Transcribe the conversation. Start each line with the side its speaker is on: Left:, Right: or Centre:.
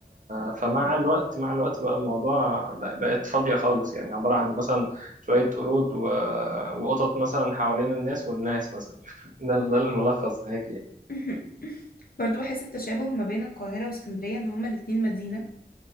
Right: فمع الوقت مع الوقت بقى الموضوع بق- بقت فاضيه خالص يعني عباره عن مثلا شويه قرود و... وقطط مثلا حوالين الناس والناس مثلا <laughs> ده ده الملخص هيك يعني
Left: <laughs> برضو بحس التشابه ما بين القاهرة واسكندرية إن هما الاتنين مدينة